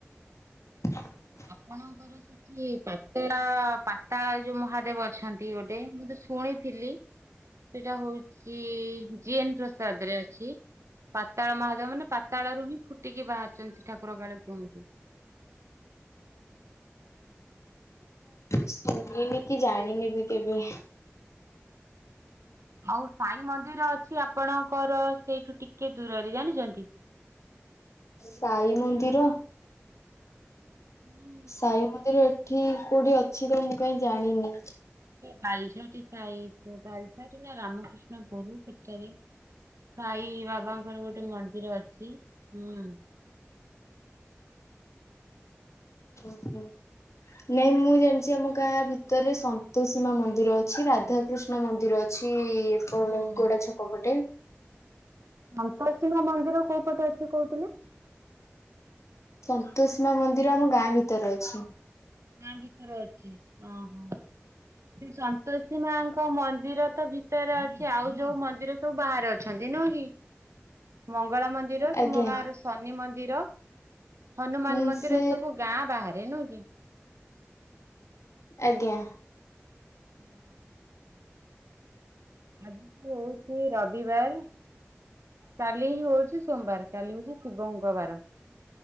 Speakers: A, on the left; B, on the right.
A: <inaudible>
B: ଆପଣଙ୍କର ସିଏ ସେଠି ପାତେଳା ପାତାଳ ଯୋଉ ମହାଦେବ ଅଛନ୍ତି ଗୋଟେ ମୁଁ ତ ଶୁଣିଥିଲି। ସେଟା ହଉଛି ଜିଏନ ପ୍ରସାଦ ରେ ଅଛି। ପାତାଳ ମହାଦେବ ମାନେ ପାତାଳ ରୁ ହିଁ ଫୁଟିକି ବାହାରିଛନ୍ତି ଠାକୁର କାଳେ କୁହନ୍ତି।
A: ଶୁଣନି କି ଜାଣିନି ବି କେବେ।
B: ଆଉ ସାଇ ମନ୍ଦିର ଅଛି ଆପଣଙ୍କର ସେଇଠୁ ଟିକେ ଦୂରରେ ଜାଣିଚନ୍ତି?
A: ସାଇ ମନ୍ଦିର?
B: <inaudible>
A: ସାଇ ମନ୍ଦିର ଏଠି କୋଉଠି ଅଛି ତ ମୁଁ କହିଁ ଜାଣିନି?
B: ବାଲଛା ଟି ସାଇ ବାଲା ଟି ନା ରାମକୃଷ୍ଣ ଗୋରୁ ପେଟରେ ସାଇ ବାବାଙ୍କର ଗୋଟେ ମନ୍ଦିର ଅଛି ହୁଁ।
A: ଓହୋ ନାଇଁ ମୁଁ ଜାଣିଛି ଆମ ଗାଁ ଭିତରେ ସନ୍ତୋଷୀ ମାଁ ମନ୍ଦିର ଅଛି, ରାଧାକୃଷ୍ଣ ମନ୍ଦିର ଅ ଛି ଏପଟେ
B: ହୁଁ।
A: ଗୋଡ଼ା ଛକ ପଟେ
B: ସନ୍ତୋଷୀ ମାଁ ମନ୍ଦିର କୋଉ ପଟେ ଅଛି କହୁଥିଲେ?
A: ସନ୍ତୋଷୀ ମାଁ ମନ୍ଦିର ଆମ ଗାଁ ଭିତରେ ଅଛି।
B: ଗାଁ ଭିତରେ ଅଛି ଅଁହଁ ସେ ସନ୍ତୋଷୀ ମାଁ ଙ୍କ ମନ୍ଦିର ତ ଭିତରେ ଅଛି ଆଉ ଯୋଉ ମନ୍ଦିର ସବୁ ବାହାରେ ଅଛନ୍ତି ନୁହଁକି ମଙ୍ଗଳା ମନ୍ଦିର ମନ୍ଦିର
A: ଆଜ୍ଞା
B: ତୁମ ଗାଁ ର ଶନି ମନ୍ଦିର ହନୁମାନ
A: ହୁଁ
B: ମନ୍ଦିର
A: ସେ
B: ଏ ସବୁ ଗାଁ ବାହାରେ ନୁହେଁ କି?
A: ଆଜ୍ଞା
B: <inaudible> ଆଜି ହଉଛି ରବିବାର କାଲିି ହଉଛି ସୋମବାର, କାଲି ହଉଛି ଶିବଙ୍କ ବାର।